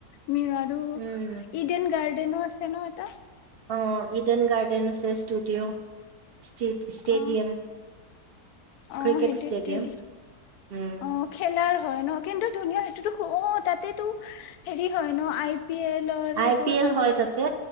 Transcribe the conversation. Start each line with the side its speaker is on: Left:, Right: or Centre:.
Left: মিৰাদোআৰু
Right: উম
Left: ইডেন গাৰ্ডেনো আছে ন? ত'।
Right: অ' ইডেন গাৰ্ডেন আছে ষ্টুডিঅ'। ষ্টে-ষ্টেডিয়াম,
Left: অ অ
Right: ক্ৰিকেট
Left: সেইটো
Right: ষ্টেডিয়াম।
Left: ষ্টেডি
Right: উম
Left: অ' খেলা- হয় ন কিন্তু ধুনীয়া সেইটোতো অ' তাতেটো হেৰি হয় ন আই পি এলৰ সেইবোৰ
Right: আই-পি-এল হয় তাতে।